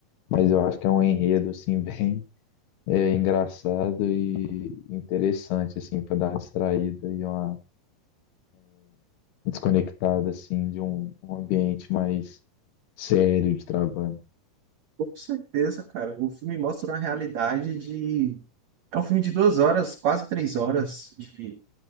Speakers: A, on the left; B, on the right.
A: Mas eu acho que é um enredo assim <laughs> bem é, engraçado e interessante assim para dar uma distraída e uma desconectada assim de um, um ambiente mais sério de trabalho.
B: Com certeza, cara. O filme mostra uma realidade de. É um filme de duas horas, quase três horas, de,